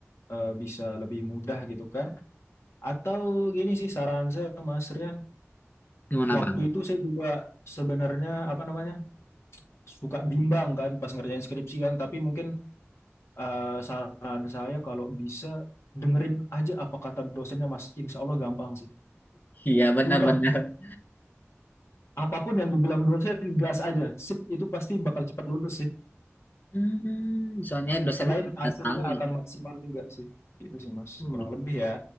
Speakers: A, on the left; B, on the left.
A: eh, bisa lebih mudah gitu kan. Atau gini sih saran saya Mas Rian.
B: Gimana
A: Waktu
B: bang?
A: itu saya juga sebenarnya apa namanya? suka bimbang kan pas ngerjain skripsi kan, tapi mungkin eh, saran saya kalau bisa dengerin aja apa kata dosennya Mas, insya Allah gampang sih.
B: Iya benar-benar.
A: Sumpah, apapun yang dibilang dosen, gas aja. Sip, itu pasti bakal cepat lulus sih.
B: Hmm, soalnya
A: Selain
B: dosennya tidak
A: hasilnya
B: tahu
A: akan
B: ya.
A: maksimal juga sih. Gitu sih Mas,
B: Hmm.
A: kurang lebih ya.